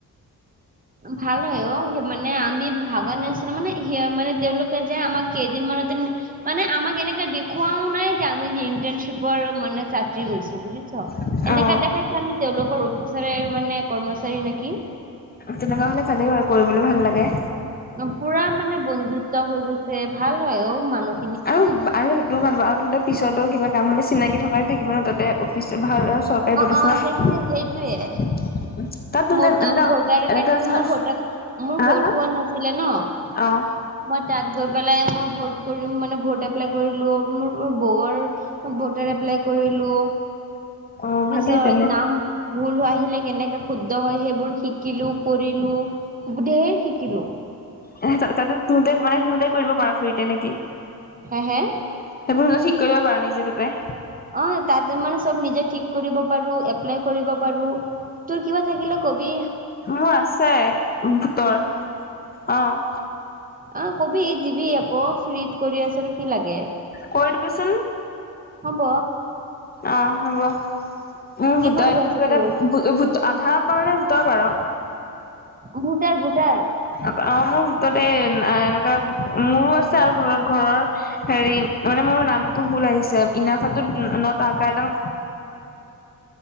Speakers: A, on the right; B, on the left.
A: ভাল হয় অ মানে আমি ভাবা নাচিলো মানে সেয়া মানে তেওঁলোক যে আমাক কেইদিন মানতে- মানে আমাক এনেকে দেখুৱাও নাই যে আমি যে ইন্টাৰ্নশ্বিপৰ মানে ছাত্ৰী গৈছো বুজিছো।
B: অ',
A: এনেকা দেখাইছে আমি তেওঁলোকৰ অফিচৰে মানে কৰ্মচাৰী নেকি।
B: তেনেকুৱা হ'লে ভালেই বাৰু কৰিবলৈ ভাল লাগে।
A: অ,। পুৰা মানে বন্ধুত্ব হৈ গৈছে ভাল হয় ঔ মানুহ
B: আৰু আৰু সেইটো ভাল বাও আৰু তহঁতে পিছতো কিবা কাম হলে চিনাকি থকাই থাকিব ন তাতে অফিচত ভাল অ চৰকাৰী প্ৰতিষ্ঠানত।
A: অ সেইটোয়ে সেইটোয়ে
B: তাতনো
A: মোৰতো
B: টাইম এনেকা এনেকুৱা যে
A: মোৰ
B: হয়,
A: মোৰ
B: হু হু
A: হোৱা নাছিলে ন
B: অঁ
A: মই তাত গৈ পেলাই মোৰ ভোট কৰিম মানে ভোট এপ্লাই কৰিলো মোৰ বৌৰ আৰু ভোটাৰ এপ্লাই কৰিলো,
B: অ', ভালেই
A: পিছত
B: তেনে
A: নাম ভুল হৈ আহিলে কেনেকে শুদ্ধ হয় সেইবোৰ শিকিলো, কৰিলো। হো ধেৰ শিকিলো।
B: এহ তাতে তহঁতে মানে তহঁতেই কৰি দিব পাৰ‌ ফ্ৰিতে নেকি?
A: হে হে?
B: সেইবোৰ তহঁতে ঠিক কৰিব পাৰ নিজে তাতে।
A: অঁ, তাতে মানে চব নিজে ঠিক কৰিব পাৰো, এপ্লাই কৰিব পাৰো। তোৰ কিবা থাকিলো কবি।
B: মোৰ আছে ভোটৰ। অঁ
A: আঁহ কবি, দিবি আক ফ্ৰীত কৰি আছো আৰু কি লাগে?
B: কৰি দিবিচোন।
A: হ'ব।
B: অঁ হ'ব। মোৰ
A: কি
B: ভোটৰ
A: কৰিব
B: আইদি
A: আছে
B: তো ইয়াতে
A: তোৰ
B: ভো ভোট আধাৰৰ পৰা নে ভোটৰ পাৰ?
A: Voter voter.
B: অব অঁ মোৰ ভোটতে এ এনেকুৱা মোৰো আছে আৰু ঘৰত ঘৰৰ হেৰি, মানে মোৰ নামটো ভুল আহিছে। ইনাফা টোত ন ন'ত আকাৰডাল